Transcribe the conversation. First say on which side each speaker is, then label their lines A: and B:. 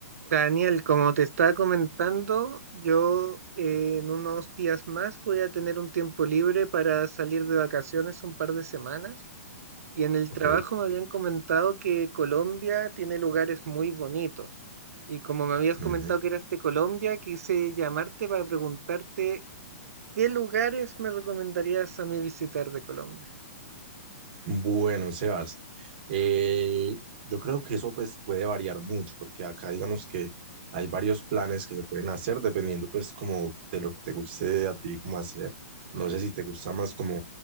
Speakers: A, on the right; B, on the right.
A: Daniel, como te estaba comentando, yo eh, en unos días más voy a tener un tiempo libre para salir de vacaciones un par de semanas y en el
B: Ok.
A: trabajo me habían comentado que Colombia tiene lugares muy bonitos y como me habías comentado
B: Ujú.
A: que eras de Colombia, quise llamarte para preguntarte qué lugares me recomendarías a mí visitar de Colombia.
B: Bueno, Sebas, eh, yo creo que eso pues puede variar mucho, porque acá digamos que hay varios planes que se pueden hacer dependiendo pues como de lo que te guste a ti como hacer. No sé si te gusta más como